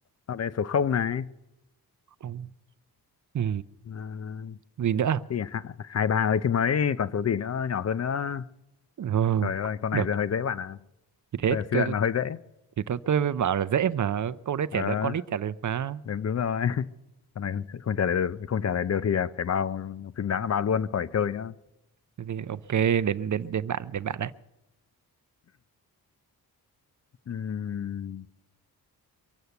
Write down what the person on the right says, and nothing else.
không ừ.
gì nữa
ừ,
được
thì thế
tôi
tôi-
thì tôi tôi mới bảo là dễ mà câu đấy trả
lời con nít trả lời mà
Thế thì ok đến đến đến bạn đến bạn đấy